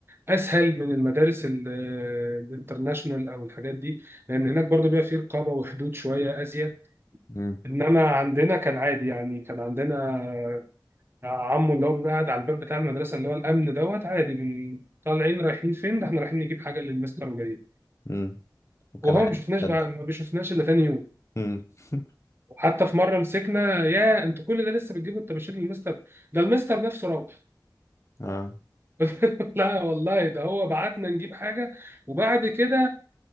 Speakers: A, on the right (about 30°); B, on the left (about 40°).
A: أسهل من المدارس ال- الانترناشونال أو الحاجات دي لأن هناك برضو بيبقى فيه رقابة وحدود شوية أزيد
B: امم
A: إنما عندنا كان عادي يعني كان عندنا عمو اللي هو بيبقى قاعد على الباب بتاع المدرسة اللي هو الأمن دوت عادي من طالعين رايحين فين ده احنا رايحين نجيب حاجة للمستر وجايين
B: امم وكان
A: وهو
B: عادي
A: ما بيشوفناش
B: تصدق
A: بقى ما بيشوفناش إلا تاني يوم
B: امم <laughs>
A: وحتى في مره مسكنا يا انتوا كل ده لسه بتجيبوا الطباشير للمستر ده المستر نفسه روح
B: اه
A: <laughs> لا والله ده هو بعتنا نجيب حاجه وبعد كده